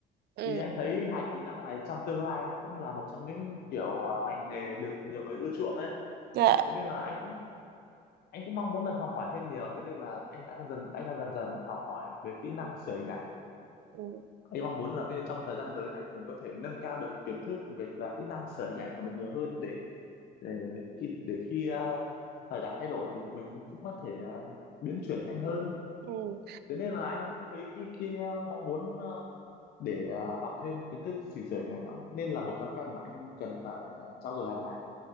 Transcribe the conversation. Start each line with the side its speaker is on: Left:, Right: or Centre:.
Right: ừ
Left: thì anh thấy hai kỹ năng này trong tương lai nó cũng là một trong những kiểu à, ngành nghề được nhiều người ưa chuộng ấy
Right: dạ
Left: thế nên là anh cũng anh cũng mong muốn được học hỏi thêm nhiều thế nên là anh đã dần anh đang dần dần học hỏi về kỹ năng sửa hình ảnh
Right: ừ.
Left: anh mong muốn là cái trong thời gian tới này mình có thể nâng cao được kiến thức về và kỹ năng sửa hình ảnh của mình nhiều hơn để để khi để khi à, thời đại thay đổi thì mình cũng có thể à, biến chuyển nhanh hơn
Right: ừ.
Left: thế nên là anh thấy khi khi à, mong muốn à, để à, học thêm kiến thức chỉnh sửa hình ảnh nó nên là một thói quen mà anh cần phải à, trau dồi hàng ngày